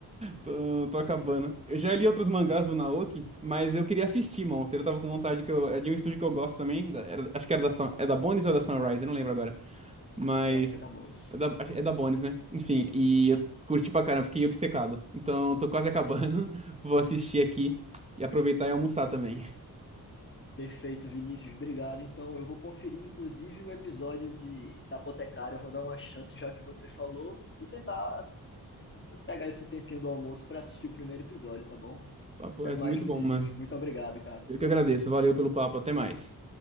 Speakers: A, on the right; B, on the left.
A: Tô, tô acabando.
B: Perfeito.
A: Eu já li outros mangás do Naoki, mas eu queria assistir Monster. Eu tava com vontade que eu, é de um estúdio que eu gosto também. da- era- acho que era da, Sun- é da Bones ou é da Sunrise, eu não lembro agora. Mas
B: Eu acho que é da Bones.
A: é da, acho- é da Bones, né? Enfim, e eu curti pra caramba, fiquei obcecado. Então tô quase acabando. <laughs> Vou assistir aqui e aproveitar e almoçar também.
B: Perfeito, Vinícius, obrigado. Então, eu vou conferir, inclusive, o episódio de, da Apotecária, eu vou dar uma chance, já que você falou, e tentar pegar esse tempinho do almoço para assistir o primeiro episódio, tá bom?
A: Papo
B: Até
A: reto,
B: mais,
A: muito
B: Vinícius.
A: bom, mano.
B: Muito obrigado, cara.
A: Eu que agradeço. Valeu pelo papo, até mais.